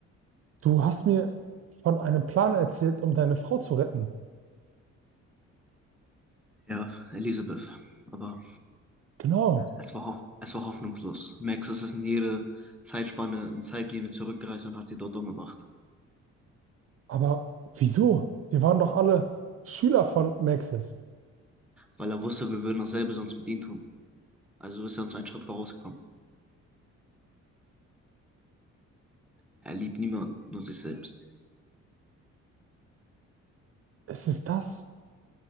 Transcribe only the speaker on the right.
Du hast mir von einem Plan erzählt, um deine Frau zu retten.
Genau.
Aber wieso? Wir waren doch alle Schüler von Maxis.
Ist es das?